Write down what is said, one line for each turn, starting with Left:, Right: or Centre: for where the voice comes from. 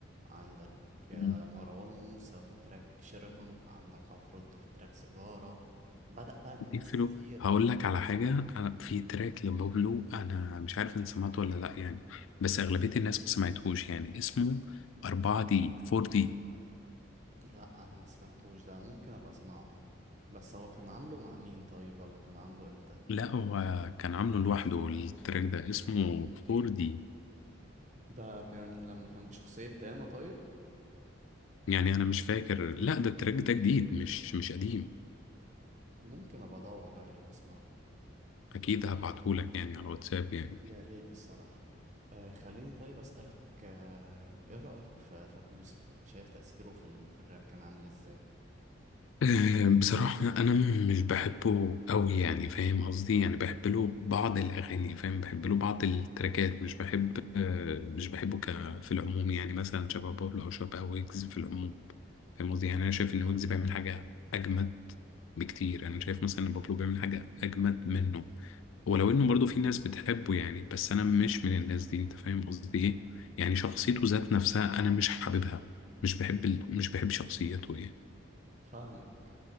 Right: عندك آه،
Left: مم.
Right: مروان موسى في تراك شيراتون عندك عفروتو في تراك سيجارة بدأ بقى الناس
Left: دي فلو
Right: كتير
Left: هقول
Right: أوي
Left: لك على حاجة أنا في تراك لبابلو أنا مش عارف إن سمعته ولا لأ يعني بس أغلبية الناس ما سمعتهوش يعني اسمه 4 دي 4 دي
Right: لا أنا ما سمعتوش ده ممكن أبقى أسمعه بس هو كان عامله مع مين طيب ولا كان عامله إمتى
Left: لا هو كان عامله لوحده التراك ده اسمه 4 دي
Right: ده كان لما كان بشخصية داما طيب
Left: يعني أنا مش فاكر لا ده التراك ده جديد مش مش قديم
Right: ممكن أبقى أدور عليه وأسمعه
Left: أكيد هبعتهولك يعني على واتساب يعني
Right: يا ريت الصراحة آه خليني طيب أسألك آه إيه رأيك في فابي يوسف شايف تأثيره في, ال... في الراب كان عامل إزاي
Left: أه، بصراحة أنا مش بحبه أوي يعني فاهم قصدي يعني بحب له بعض الأغاني فاهم بحب له بعض التراكات مش بحب آه، مش بحبه ك في العموم يعني مثلا شبه بابلو أو شبه ويجز في العموم فاهم قصدي يعني أنا شايف إن ويجز بيعمل حاجة أجمد بكتير أنا شايف مثلا إن بابلو بيعمل حاجة أجمد منه ولو إنه برضه في ناس بتحبه يعني بس أنا مش من الناس دي أنت فاهم قصدي إيه يعني شخصيته ذات نفسها أنا مش حاببها مش بحب ال... مش بحب شخصيته يعني
Right: فاهمك